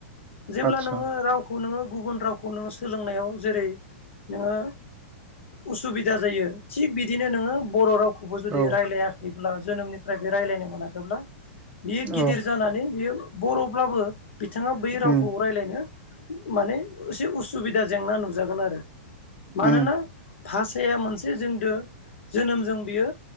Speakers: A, on the left; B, on the right.
A: जेब्ला
B: आतसा
A: नोङो रावखौ नोङो गुबुन रावखौ नोङो सोलोंनायाव जेरै नोङो उसुबिदा जायो थिग बिदिनो नोङो बर' राव खौबो जुदि
B: औ
A: रायज्लायाखैब्ला जोनोमनिफ्रायबो रायलायनो मोनाखैब्ला बियो
B: औ
A: गिद दिर जानानै बियो बर'ब्लाबो बिथाङा बै रावखौ
B: उम
A: रायज्लायनो माने एसे उसुबिदा जेंना नुजागोन आरो। मानोना
B: उम
A: भाषाया मोनसे जोंदो जोनोमजों बियो